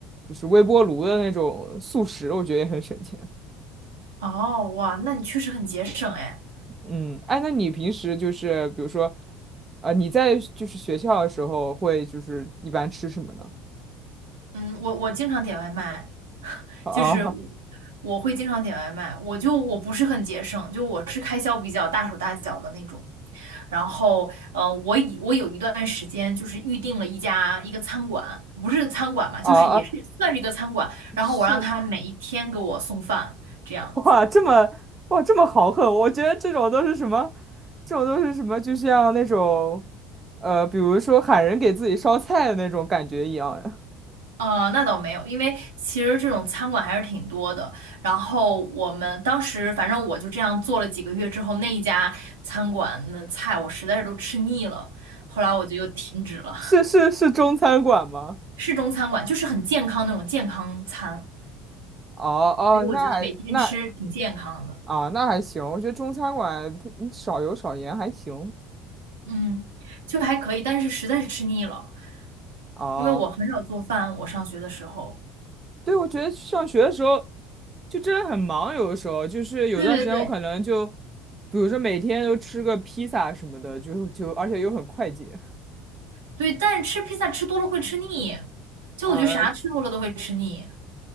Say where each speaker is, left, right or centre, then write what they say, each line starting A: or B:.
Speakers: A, on the right (about 30°); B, on the right (about 80°).
A: 就是微波炉的那种速食，我觉得也很省钱。
B: 哦，哇，那你确实很节省哎。
A: 嗯，哎，那你平时就是比如说，啊，你在就是学校的时候会就是一般吃什么呢？
B: 嗯，我我经常点外卖。
A: 啊
B: 就是我我会经常点外卖，我就我不是很节省，就我是开销比较大手大脚的那种。然后，呃，我以我有一段时间就是预定了一家一个餐馆，不是餐馆嘛，
A: 啊啊！
B: 就是也是算是一个餐馆。然后我让他每一天给我送饭，
A: 是
B: 这样子。
A: <laughs> 哇，这么哇这么豪横，我觉得这种都是什么？这种都是什么？就像那种，呃，比如说喊人给自己烧菜的那种感觉一样呀。
B: 呃，那倒没有，因为其实这种餐馆还是挺多的。然后我们当时反正我就这样做了几个月之后，那一家餐馆的菜我实在是都吃腻了，后来我就又停止了。
A: 是是是中餐馆吗？
B: 市中餐馆，就是很健康那种健康餐，
A: 哦哦，
B: 所以我觉得每天吃挺健康的，
A: 那还那啊那还行，我觉得中餐馆它你少油少盐还行。
B: 嗯，就还可以，但是实在是吃腻了，
A: 哦。
B: 因为我很少做饭，我上学的时候，
A: 对，我觉得上学的时候就真的很忙，有的时候就是有段时间我可能就，
B: 对对对
A: 比如说每天都吃个披萨什么的，就就而且又很快捷
B: 对，但是吃披萨吃多了会吃腻，就我觉得啥吃多了都会吃腻，
A: 啊，